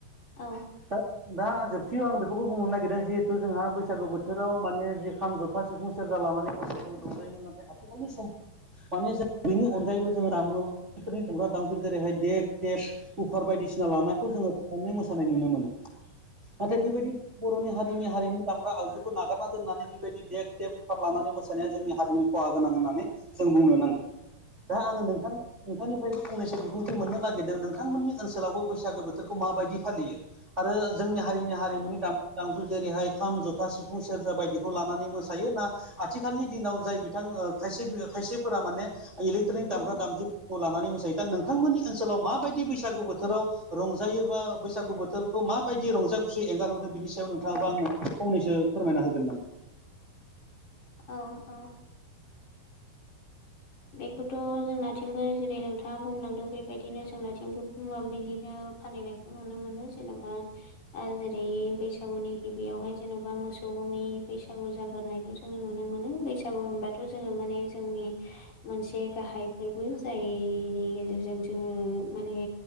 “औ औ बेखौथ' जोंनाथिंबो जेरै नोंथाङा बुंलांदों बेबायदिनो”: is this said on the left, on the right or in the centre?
Left